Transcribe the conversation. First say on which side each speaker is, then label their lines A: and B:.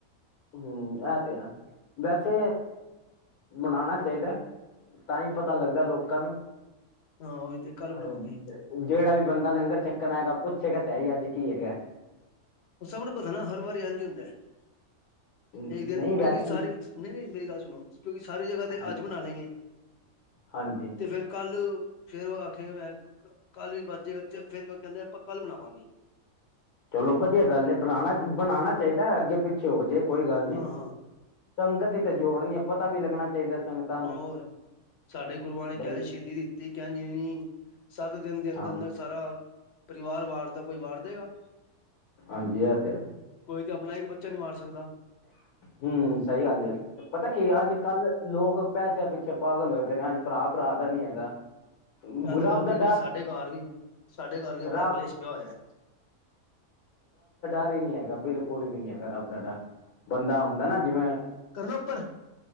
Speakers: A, on the left; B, on the left.
A: ਹੂੰ, ਐ ਤੇ ਹੈ। ਵੈਸੇ ਬਣਾਣਾ! ਚਾਈਦੈ, ਤਾਂਹੀ ਪਤਾ ਲੱਗਦਾ ਲੋਕਾਂ ਨੂੰ।
B: ਹਾਂ ਉਹੀ ਤੇ ਕੱਲ੍ਹ
A: ਹਾਏ
B: ਬਣਾਵਾਂਗੇ
A: ਹੁਣ ਤੇ ਜੇੜਾ ਵੀ! ਬੰਦਾ ਲੰਗਰ ਛਕਣ ਆਏਗਾ, ਪੁੱਛੇਗਾ ਤੇ ਹੈ ਹੀ ਅੱਜ ਕੀ ਹੈਗ?
B: ਔ ਸਭ ਨੂੰ ਪਤਾ ਹੈ ਨਾ। ਹਰ ਵਾਰੀ ਏੰਝੀ ਹੀ ਹੋਂਦਾ ਹੈ।
A: ਨਹੀਂ
B: ਇੱਕ ਦਿਨ ਕਿਉਕਿ
A: ਵੈਸੇ
B: ਸਾਰੀ ਨਹੀ - ਨਹੀ ਮੇਰੀ ਗੱਲ ਸੁਣੋ ਕਿਉਕਿ ਸਾਰੀ ਜਗ੍ਹਾ
A: ਹ
B: ਤੇ ਅੱਜ ਬਣਾ ਲੇ ਗੇ।
A: ਹਾਂਜੀ
B: ਤੇ ਫੇਰ, ਕੱਲ ਫੇਰ, ਉਹ ਆਖੇ, ਮੈ ਕੱਲ ਵੀ ਬਚਜੇ ਫੇਰ ਕਹਿੰਦੇ! ਆਪਾ ਕੱਲ ਬਣਾਵਾਂਗੇ।
A: ਚਲੋ ਵਧੀਆ ਗੱਲ ਇਹ ਬਣਾਣਾ-
B: ਹੂੰ
A: ਬਣਾਉਣਾ
B: ਹੂੰ
A: ਚਾਹੀਦਾ, ਅੱਗੇ ਪਿੱਛੇ ਹੋ ਜੇ। ਕੋਈ ਗੱਲ ਨੀ।
B: ਹਾਂ ਹਾਂ
A: ਸੰਗਤ, ਤੇ ਜੋੜਨੀ ਪਤਾ ਵੀ ਲੱਗਣਾ ਚਾਹੀਦਾ। ਸੰਗਤਾਂ ਨੂੰ
B: ਹੋਰ ਸਾਡੇ ਗੁਰੂਆਂ ਨੇ
A: ਬਈ
B: ਕੇਂਜ ਸ਼ਹੀਦੀ ਦਿੱਤੀ ਕਿੰਜ ਨਹੀ। ਸੱਤ ਦਿਨ ਦੇ ਅੰਦਰ-
A: ਹਾਂ
B: ਅੰਦਰ ਸਾਰਾ ਪਰਿਵਾਰ ਵਾਰਤਾ ਕੋਈ ਵਾਰ ਦੇਗਾ?
A: ਹਾਂਜੀ ਇਹ ਤੇ
B: ਕੋਈ ਤੇ ਆਪਣਾ ਇੱਕ ਬੱਚਾ ਨਹੀਂ ਵਾਰ ਸਕਦਾ।
A: ਹੂੰ ਸਹੀ ਗੱਲ ਐ। ਪਤਾ ਕੀ ਅੱਜ ਕੱਲ ਲੋਗ- ਪੈਸਿਆ ਪਿੱਛੇ, ਪਾਗਲ ਹੋਏ, ਪਏ ਨੇ। ਅੱਜ ਭਰਾ, ਭਰਾ ਦਾ ਨੀ ਹੈਗਾ। ਬੂਰਾ
B: ਇਹ ਤੇ ਗੱਲ
A: ਪਤ-
B: ਬਿਲਕੁਲ ਸਾਡੇ ਘਰ ਵੀ- ਸਾਡੇ ਘਰ ਵੀ, ਬੜਾ
A: ਰੱਬ
B: ਕਲੇਸ਼ ਪਿਆ ਹੋਇਆ ਏ।
A: ਨੀ ਹੈਗਾ। ਬਿਲਕੁਲ ਵੀ ਨੀ ਹੈਗਾ। ਰੱਬ ਦਾ ਡਰ। ਬੰਦਾ, ਹੁੰਦਾ ਨਾ ਜਿਵੇ-
B: ਕਰਨਾ ਉੱਪਰ-